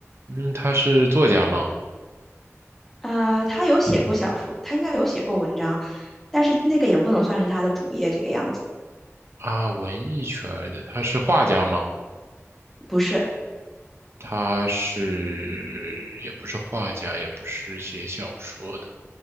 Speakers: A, on the right; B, in the centre.
A: 嗯，他是作家吗？
B: 呃，她有写过小说，她应该有写过文章，但是那个也不能算是她的主业，这个样子，
A: 啊，文艺圈儿的，他是画家吗？
B: 不是。
A: 他是，也不是画家，也不是写小说的，